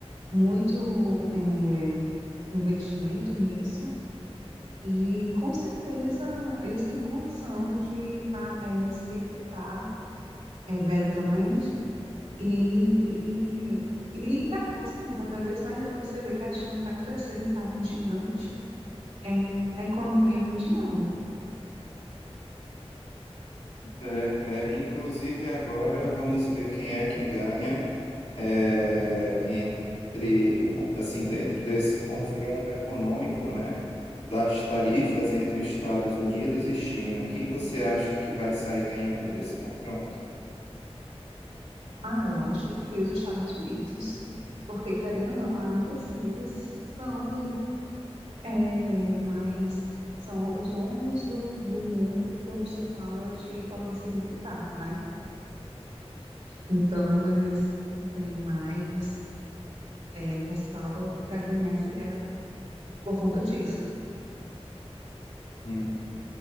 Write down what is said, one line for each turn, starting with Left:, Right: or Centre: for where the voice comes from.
Right: muito é, investimento nisso. E com certeza eles têm condição de ah, eh, se equipar eh, belicamente e, e, e está crescendo cada vez mais. Você vê que a China está crescendo, está um gigante eh, na economia mundial.
Left: É, é, inclusive, agora vamos ver quem é que ganha é, entre o, con- assim, dentro desse confronto econômico, né, das tarifas entre Estados Unidos e China. Quem você acha que vai sair ganhando desse confronto?
Right: Ah, eu acho que os Estados Unidos, porque querendo ou não, ainda assim eles são eh, mais são os donos do, do mundo quando se fala de potência militar, né? Então, eles têm mais é, respaldo para ganhar essa guerra por conta disso.
Left: Hum,